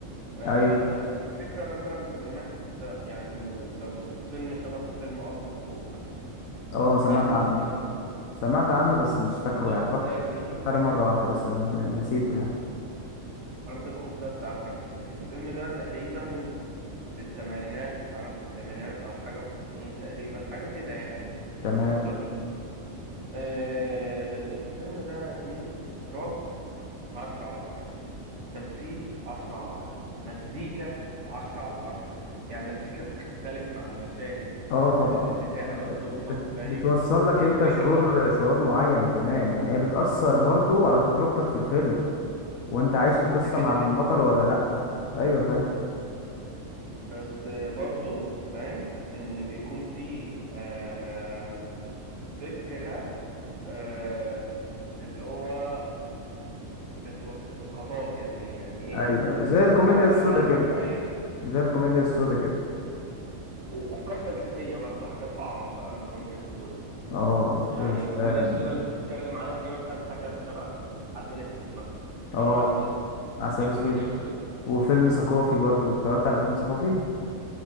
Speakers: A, on the right; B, on the left.
A: آه،
B: ايوه
A: بس الفكرة مثلا في زمان أنت يعني لو شفت فيلم شبه فيلم أرض الخوف مثلا
B: اه سمعت
A: عارف أنت
B: عنه
A: أرض الخوف؟
B: سمعت عنه بس مش فاكره
A: أرض الخوف
B: يعني فاكره
A: ده يا زميلي
B: اتفرجت عليه مرة واحدة بس ن- نسيته يعني
A: أرض الخوف ده بتاع أحمد زكي الفيلم ده تقريبا في الثمانينات اتعمل في الثمانينات او حاجه وتسعين تقريبا حاجه كده يعني
B: تمام
A: في الفتره دي آه الفيلم ده يا زميلي اخراج عشرة على عشرة تمثيل عشرة على عشرة مزيكا عشرة على عشرة يعني المزيكا بتختلف مع المشاهد
B: اه طبعا
A: آه بتعلى
B: اه طبعا
A: بتوطى
B: بت-
A: فاهم
B: بتوصل لك
A: الفكرة
B: انت شعور شعور معين كمان يعني هي بتأثر برضو على تجربتك في الفيلم وانت عايش القصة
A: ده كده
B: مع
A: كده
B: البطل ولا لأ ايوه فاهم
A: بس آه، برضو فاهم ان بيكون في آه، فكرة آه، اللي هو بتوص... اسقاطات يا زميلي يعني ايه
B: ايوه ايوه
A: يعني
B: زي
A: اسقاطات
B: الكوميديا
A: على يعني
B: السودا
A: الحياة اسقاطات
B: كده
A: الواقعية
B: زي الكوميديا السودا كده
A: وافكار فلسفية برضه حاجات اعمق بقى من الكوميديا السوداء
B: اه
A: يعني
B: يا سلام
A: الكوميديا السوداء اللي انت بتتكلم عليها دي مثلا حاجة شبه عسل اسود مثلا
B: اه
A: فيلم عسل اسود
B: عسل
A: دي كوميديا
B: اسود
A: سوداء
B: وفيلم ثقافي برضو اتفرجت على فيلم ثقافي